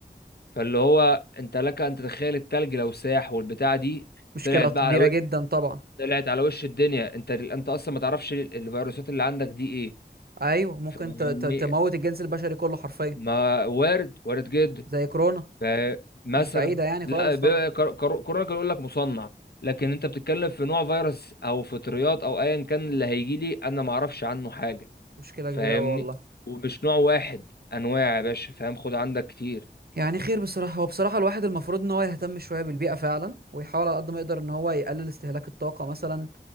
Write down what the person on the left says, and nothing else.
فاللي هو انت لك ان تتخيل التلج لو ساح والبتاع دي
طلعت
بقى على و...
طلعت على وش الدنيا انت انت اصلا ما تعرفش الفيروسات اللي عندك دي ايه
فاهمني
ما وارد وارد جدا
فمثلا
لا
ب-
كر- كر- كورونا كان يقول لك مصنع لكن انت بتتكلم في نوع فيروس او فطريات او ايا كان اللي هيجي لي انا ما اعرفش عنه حاجه
فاهمني
ومش نوع واحد انواع يا باشا فاهم خد عندك كتير